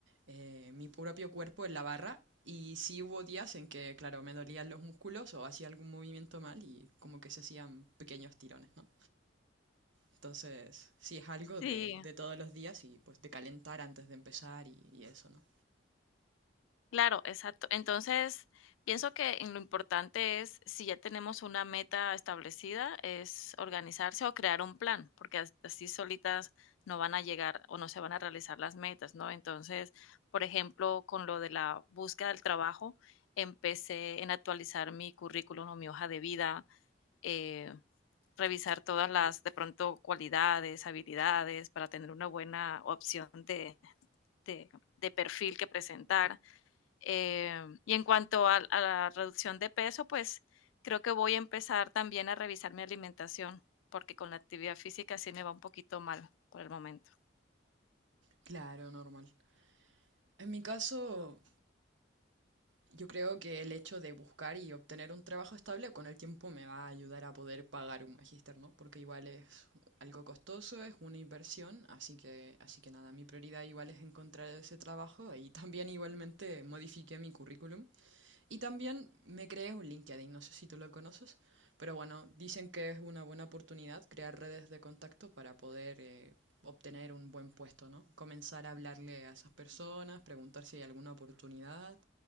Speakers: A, on the right; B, on the left.
A: eh, mi propio cuerpo en la barra y sí hubo días en que, claro, me dolían los músculos o hacía algún movimiento mal y como que se hacían pequeños tirones, ¿no? Entonces, sí, es algo de,
B: Sí,
A: de todos los días y pues de calentar antes de empezar y, y eso, ¿no?
B: Claro, exacto. Entonces, pienso que en lo importante es, si ya tenemos una meta establecida, es organizarse o crear un plan, porque as- así solitas no van a llegar o no se van a realizar las metas, ¿no? Entonces, por ejemplo, con lo de la búsqueda del trabajo, empecé en actualizar mi currículum o mi hoja de vida, eh, revisar todas las, de pronto, cualidades, habilidades para tener una buena opción de, de de perfil que presentar eh, y en cuanto a, a la reducción de peso, pues creo que voy a empezar también a revisar mi alimentación, porque con la actividad física sí me va un poquito mal por el momento.
A: Claro, normal. En mi caso, yo creo que el hecho de buscar y obtener un trabajo estable con el tiempo me va a ayudar a poder pagar un magíster, ¿no? Porque igual es algo costoso, es una inversión, así que, así que nada, mi prioridad igual es encontrar ese trabajo y también igualmente modifiqué mi currículum Y también me creé un LinkedIn, no sé si tú lo conoces, pero bueno, dicen que es una buena oportunidad crear redes de contacto para poder eh, obtener un buen puesto, ¿no? Comenzar a hablarle a esas personas, preguntar si hay alguna oportunidad